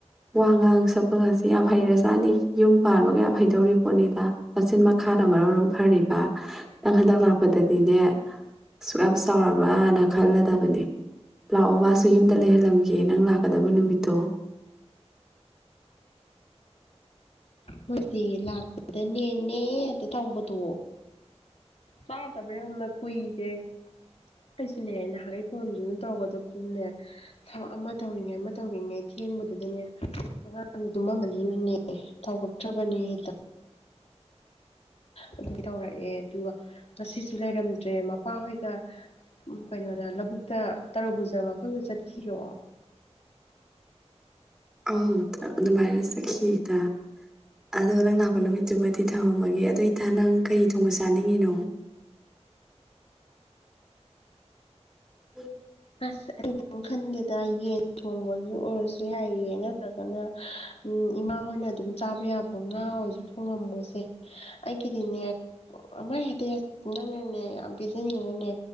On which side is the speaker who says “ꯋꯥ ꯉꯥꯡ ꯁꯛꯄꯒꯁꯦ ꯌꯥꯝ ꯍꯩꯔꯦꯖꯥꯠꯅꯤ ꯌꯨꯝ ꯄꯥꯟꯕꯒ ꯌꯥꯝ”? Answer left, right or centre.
Centre